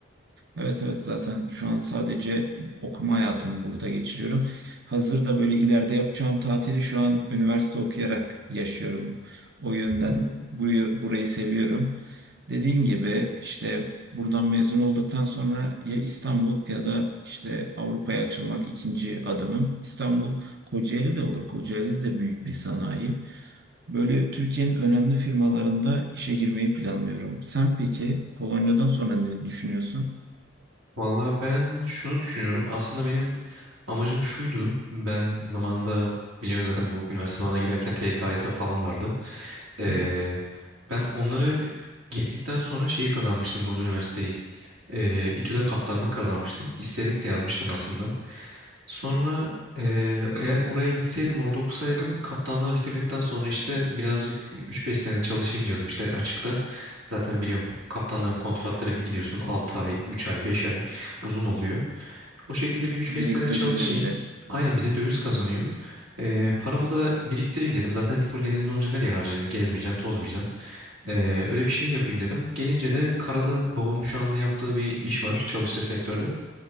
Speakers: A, on the right (about 55°); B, on the right (about 85°).
A: Evet evet zaten şu an sadece okuma hayatımı burada geçiriyorum. Hazırda böyle ileride yapacağım tatili şu an üniversite okuyarak yaşıyorum. O yönden
B: <laughs>
A: bu, burayı seviyorum. Dediğin gibi işte buradan mezun olduktan sonra ya İstanbul ya da işte Avrupa'ya açılmak ikinci adımım. İstanbul Kocaeli de olur. Kocaeli de büyük bir sanayi. Böyle Türkiye'nin önemli firmalarında işe girmeyi planlıyorum. Sen peki Polonya'dan sonra ne düşünüyorsun?
B: Vallahi ben şunu düşünüyorum. Aslında benim amacım şuydu. Ben zamanda biliyorsun zaten bu üniversite sınavına girerken TYT, AYT falan vardı. Ee,
A: Evet.
B: ben onları girdikten sonra şeyi kazanmıştım burada üniversiteyi. Ee, İTÜ'de kaptanlık kazanmıştım. İsteyerek de yazmıştım aslında. Sonra ee, eğer oraya gitseydim, orada okusaydım kaptanlığı bitirdikten sonra işte birazcık üç beş sene çalışayım diyordum işte açıkta. Zaten biliyorum kaptanların kontratları bir gidiyorsun 6 ay, 3 ay, 5 ay uzun oluyor. O şekilde bir 3-5
A: Direkt
B: sene çalışayım.
A: dövizle bir de.
B: Aynen bir de döviz kazanıyor. Ee, paramı da biriktireyim dedim. Zaten full denizde olunca nereye harcayacaksın? Gezmeyeceksin, tozmayacaksın. Ee, öyle bir şey yapayım dedim. Gelince de karada babamın şu anda yaptığı bir iş var çalıştığı sektörde.